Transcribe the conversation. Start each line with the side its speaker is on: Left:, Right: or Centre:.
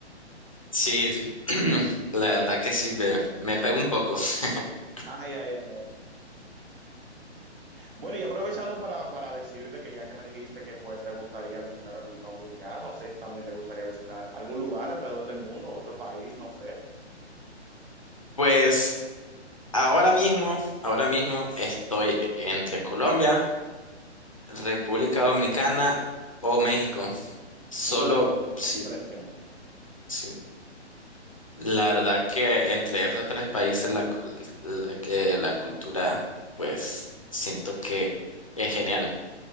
Left: Sí, <clears throat> la verdad que sí, me, me pegó un poco. <laughs>
Right: Ay, ay, ay. Bueno, y aprovechando para, para decirte que ya que me dijiste que pues te gustaría visitar República Dominicana, no sé si también te gustaría visitar algún lugar alrededor del mundo, otro país, no sé.
Left: Pues ahora mismo, ahora mismo estoy entre Colombia, República Dominicana o México. Solo
Right: Uh, buena
Left: si,
Right: selección.
Left: si- la verdad que entre esos tres países la, cul- la- que la cultura, pues siento que es genial.